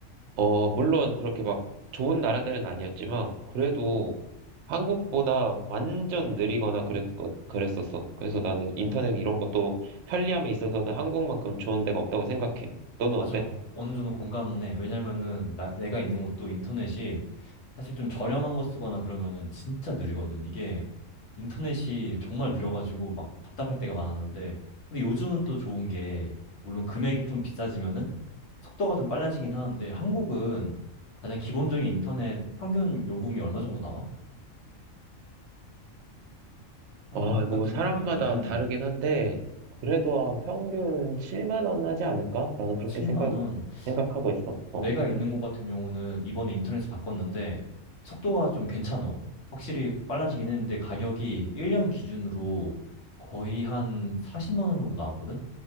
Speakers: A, on the right (about 65°); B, on the left (about 65°).
A: 어, 물론 그렇게 막 좋은 나라들은 아니었지만, 그래도 한국보다 완전 느리거나 그랬, 그랬었어. 그래서 나는 인터넷 이런 것도 편리함에 있어서는 한국만큼 좋은 데가 없다고 생각해. 너는
B: 맞아.
A: 어때?
B: 어느 정도 공감은 해. 왜냐면은 나- 내가 있는 곳도 인터넷이 사실 좀 저렴한 거 쓰거나 그러면은 진짜 느리거든. 이게 인터넷이 정말 느려가지고 막 답답할 때가 많았는데, 근데 요즘은 또 좋은 게, 물론 금액이 좀 비싸지면은 속도가 좀 빨라지긴 하는데, 한국은 가장 기본적인 인터넷 평균 요금이 얼마 정도 나와? 한국
A: 아 뭐
B: 같은
A: 사람마다
B: 경우는 음, 음,
A: 다르긴 한데, 그래도 한 평균 7만 원 하지 않을까? 나는 그렇게
B: 7만
A: 생각,
B: 원.
A: 생각하고 있었어.
B: 내가 있는 곳 같은 경우는 이번에 인터넷에 바꿨는데 속도가 좀 괜찮아. 확실히 좀 빨라지긴 했는데 가격이 1년 기준으로 거의 한 40만 원 정도 나왔거든?